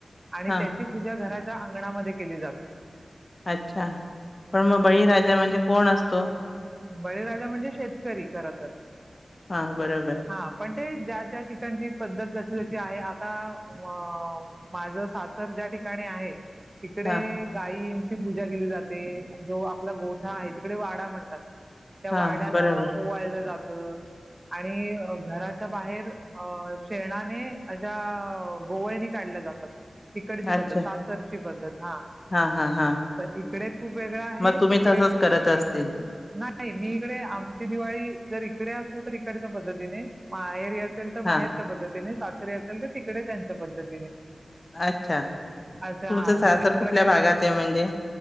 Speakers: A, on the right; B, on the left.
A: आणि
B: हां
A: त्यांच्या. पूजा घराच्या अंगणामध्ये केली जात.
B: अच्छा पण मग बळीराजा म्हणजे कोण असतो.
A: बळीरा म्हणजे शेतकरी खरतर
B: हां बरोबर
A: हा. पण ते ज्या ज्या ठिकाणची पद्धत जशी जशी आहे आता वाव. माझं सासर ज्या ठिकाणी आहे. तिकडे
B: हां
A: गायंची पूजा केली जाते जो आपला गोठा आहे तिकडे वाडा म्हणतात. त्या
B: हां
A: वाड्याला
B: बरोबर
A: ओवाळलं जातं. आणि घराच्या बाहेर अ शेणाने अशा गोवळनी. काढलं जातात तिकडची पद्धत
B: अच्छा
A: सासरची पद्धत हा.
B: हां हां हां
A: तर इकडे खूप वेगळां आहे
B: मग तुम्ही
A: तिकडे
B: तसंच
A: खूप
B: करत
A: वेगळां
B: असतील
A: आहे. नाही मी इकडे आमची दिवाळी जर इकडे असू तर इकडच्या पद्धतीने माहेरी असेल. बाहेरच्या
B: हा
A: पद्धतीने सासरी असेल तर तिकडे त्यांच्या पद्धतीने.
B: अच्छा
A: अच्छा
B: तुमचं
A: हा
B: सासर
A: दोन्ही
B: कुठल्या
A: प्रकारे
B: भागात आहे म्हणजे.